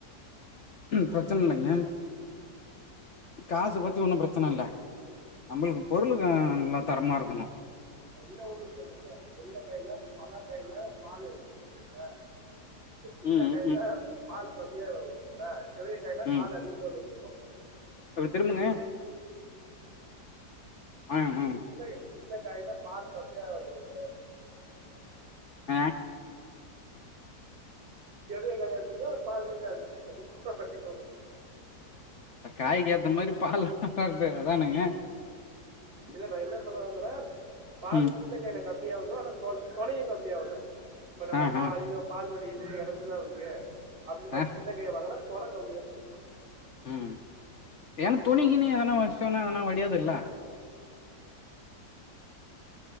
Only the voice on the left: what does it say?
பிரச்சன இல்லங்க காசு பற்றி ஒன்றும் பிரச்சன இல்ல நம்மளுக்கு பொருளு நல்லா தரமா இருக்கணும்
ம்
ம்
ம்
அப்டி திரும்புங்க ஆ ஆ
ஆ
அப்ப காய்க்கு ஏத்த மாரி பால் <unintelligible> அதானுங்க
ம்
ஆ
ஆ
ஆ
ம் ஏன்னா துணி கினி எதனா வச்சோனா ஒன்னும் வடியாது இல்ல